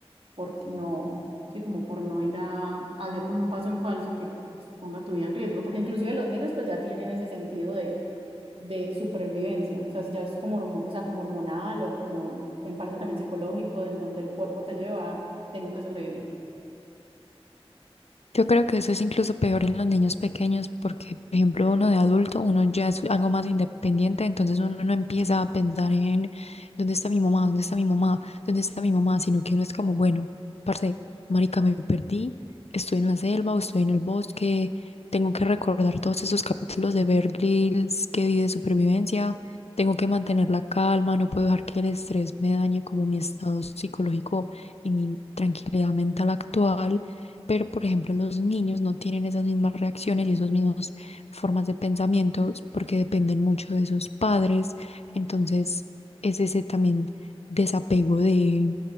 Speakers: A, on the right (about 60°); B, on the left (about 85°).
A: por no, sí, como por no ir a, a hacer como un paso en falso que pues, ponga tu vida en riesgo, porque inclusive los niños pues ya tienen ese sentido de, de supervivencia, o sea, ya es como, hormo- o sea, como hormonal o como en parte también psicológico, en donde el cuerpo te lleva, tengo que sobrevivir.
B: Yo creo que eso es incluso peor en los niños pequeños porque, por ejemplo, uno de adulto, uno ya es algo más independiente, entonces uno no empieza a pensar en dónde está mi mamá, dónde está mi mamá, dónde está mi mamá, sino que uno es como, bueno, parce, marica, me perdí, estoy en la selva o estoy en el bosque, tengo que recordar todos esos capítulos de Bear Grylls que vi de supervivencia, tengo que mantener la calma, no puedo dejar que el estrés me dañe
A: Ujú.
B: como mi estado psicológico y mi tranquilidad mental actual. Pero, por ejemplo, los niños no tienen esas mismas reacciones y esas mismas formas de pensamiento porque dependen mucho de sus padres. Entonces, es ese también desapego de,